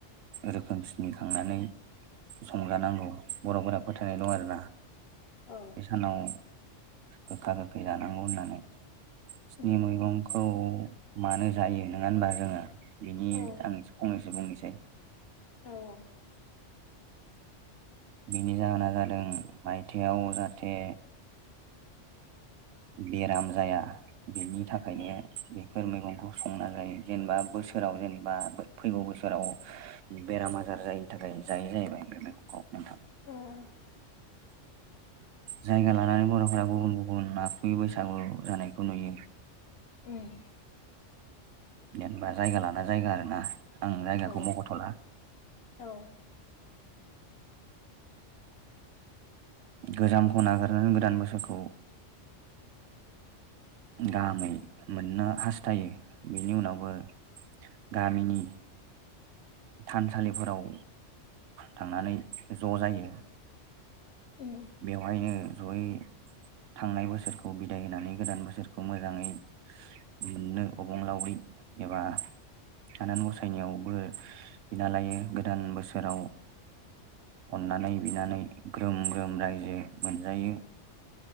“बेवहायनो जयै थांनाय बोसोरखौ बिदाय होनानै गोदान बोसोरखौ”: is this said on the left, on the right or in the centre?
Right